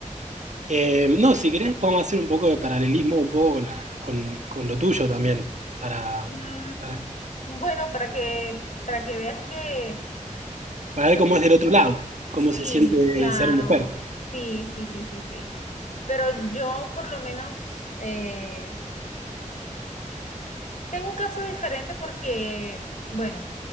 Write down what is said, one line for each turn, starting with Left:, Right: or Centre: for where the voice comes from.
Right: eh, no, si querés podemos hacer un poco de paralelismo un poco con, la- con- con lo tuyo también, para,
Left: Mm,
Right: para,
Left: bueno, para que, para que veas que
Right: para ver
Left: lo
Right: cómo
Left: mío
Right: es del otro lado, cómo
Left: Sí,
Right: se siente
Left: claro.
Right: ser mujer.
Left: Sí, sí, sí, sí, sí. Pero yo por lo menos eh, tengo un caso diferente porque, bueno,